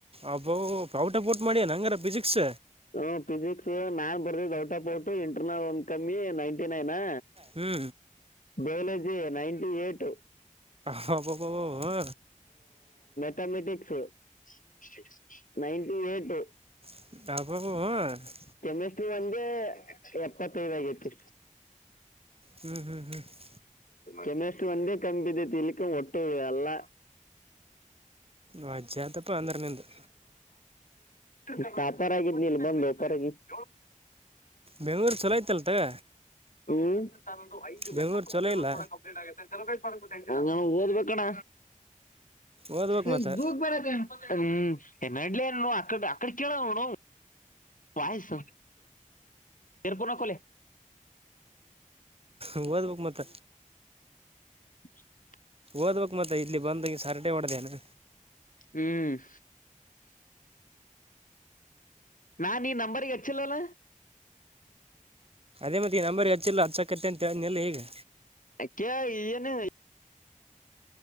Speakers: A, on the right; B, on the left.
A: ಅಬ್ಬೊ ಔಟ್ ಆಫ್ ಔಟ್ ಮಾಡಿಯನಂಗರ ಫಿಸಿಕ್ಸ್
B: ಹ ಫಿಸಿಕ್ಸು ನಾನ್ ಬರ್ರಿ ಔಟ್ ಆಫ್ ಔಟು ಇಂಟರ್ನಲ್ ಒಂದ್ ಕಮ್ಮಿ ನೈಂಟಿ ನೈನಾ
A: ಹ್ಞೂ
B: ಬಯೋಲಾಜಿ ನೈನ್ಟಿ ಏಟ್
A: ಹಬಬಬಬಾ
B: ತಮೆಟಿಕ್ಸು <inaudible> ನೈಂಟಿ ಏಟ್
A: ಅಬಬಬಬೊ
B: ಕೆಮಿಸ್ಟ್ರಿ ಒಂದೆ ಯಪ್ಪಾತೈಡಗೈತಿ
A: ಹ್ಞೂ ಹ್ಞೂ ಹ್ಞೂ
B: ಕೆಮಿಸ್ಟ್ರಿ ಒಂದೇ ಕಮ್ ಬಿದ್ದಿದ್ ಒಟ್ಟು ಎಲ್ಲ
A: ವಜ್ಜಾತಪ್ಪ ಅಂದ್ರೆ ನಿಂದು
B: ಹ್ಮ್ ಟಾಪರ್ ಆಗಿದ್ನಲ್ ಬಂದು ಸರಿ <inaudible>
A: ಬೆಂಗ್ಳೂರು ಚಲೋ ಐತಲ್ಲ ತಗ
B: ಹ್ಮ್ ತಂದು ಐದು
A: ಬೆಂಗ್ಳೂರು
B: ಲಕ್ಷ ಸಬ್ಸ್ಕ್ರಬರ್
A: ಚಲೋ ಇಲ್ಲ
B: ಕೂಡ ಕಂಪ್ಲೀಟ್ ಆಗ್ಯತೆ <unintelligible> ನೀವು ಓದ್ಬೇಕಣ್ಣ
A: ಓದ್ಬೇಕ್
B: ಏ
A: ಮತ್ತು
B: ದೂಕ್ ಬೇಡ ಹ್ಮ್ <unintelligible> ಅಕ್ಕಡೆ ಆಕ್ಕಡೆ ನೋಡ್ ಅವ್ನ್ ಪಾಯ್ಸ ಈರಫೋನ್ ಅಕೋಲೆ
A: ಓದ್ಬೇಕ್ ಮತ್ತ
B: <inaudible>
A: ಒದ್ಬೋಕ್ ಮತ್ತೆ ಇಲ್ಲಿ ಬಂದು ಇಸ್ ಹರ್ಟೆ ಹೊಡ್ದ್ಯೇನು,
B: ಹ್ಮ್ ನಾ ನೀ ನಂಬರಿಗ್ ಹಚ್ಚಿಲ್ಲಲ್ಲ,
A: ಏ ಮತ್ ಈ ನಂಬರಿಗ್ ಹಚ್ಚಿಲ್ಲ ಅನ್ಸಕತಾದೆನ್ ನಿನಿಗೆ
B: ಅಕ್ಕೆ ಏನು?